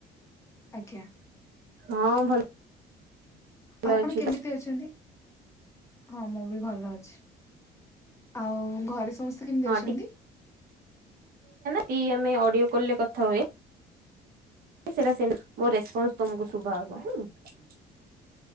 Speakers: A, on the left (about 15°); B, on the right (about 60°).
A: ଆଜ୍ଞା।
B: ହଁ ଭଲ
A: ଆଉ ଆପଣ
B: ଅଛି
A: କେମିତି ଅଛନ୍ତି? ହଁ ମୁଁ ବି ଭଲ ଅଛି। ଆଉ ଘରେ ସ ସମସ୍ତେ କେମିତି
B: ହଁ
A: ଅଛନ୍ତି?
B: କିଆମେ ଅଡିଓ କଲେ କଥା ହୁଏ ସେଟା ମୋ ରେସପନ୍ସ ତମକୁ ଶୁଭା ହବ କି?